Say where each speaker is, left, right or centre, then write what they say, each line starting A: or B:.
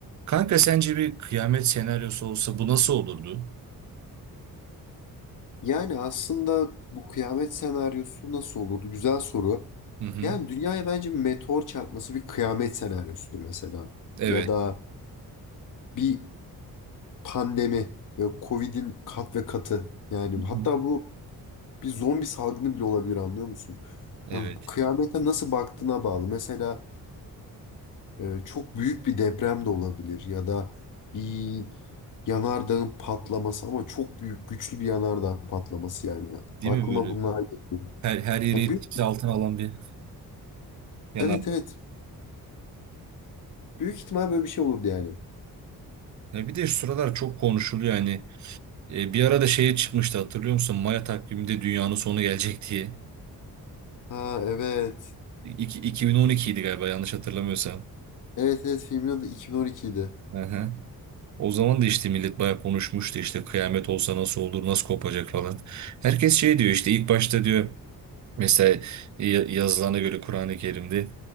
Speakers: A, on the right; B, on the left.
A: Kanka sence bir kıyamet senaryosu olsa bu nasıl olurdu?
B: Yani aslında bu kıyamet senaryosu nasıl olurdu? Güzel soru.
A: Hı hı.
B: Yani dünyaya bence bir meteor çarpması bir kıyamet senaryosudur mesela.
A: Evet.
B: Ya da bir pandemi ve Covid'in kat ve katı. Yani
A: Hı hı.
B: hatta bu bir zombi salgını bile olabilir anlıyor musun?
A: Evet.
B: Yani bu kıyamete nasıl baktığına bağlı. Mesela e, çok büyük bir deprem de olabilir ya da bir yanardağın patlaması ama çok büyük güçlü bir yanardağ patlaması yani.
A: Değil
B: Aklıma
A: mi böyle?
B: bunlar geliyor.
A: Her, her yeri
B: Ya
A: etkisi
B: büyük
A: altına alan bir yanar.
B: Evet evet. Büyük ihtimal böyle bir şey olurdu yani.
A: Ya bir de şu sıralar çok konuşuluyor yani. E, bir arada şeye çıkmıştı hatırlıyor musun? Maya takviminde dünyanın sonu gelecek diye.
B: Ha evet.
A: İki, iki bin on iki idi galiba yanlış hatırlamıyorsam.
B: Evet evet filmin adı 2012 idi.
A: Hı hı. O zaman da işte millet bayağı konuşmuştu işte kıyamet olsa nasıl olur, nasıl kopacak falan. Herkes şey diyor işte ilk başta diyor Mesela ya- yazılana göre Kur'an-ı Kerim'de